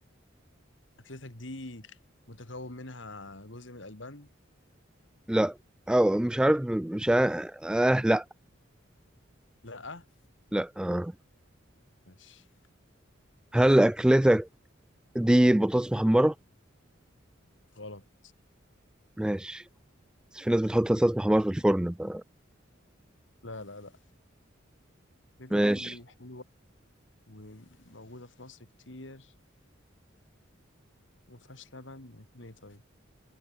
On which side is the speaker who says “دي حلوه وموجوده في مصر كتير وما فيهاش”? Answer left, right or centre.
Left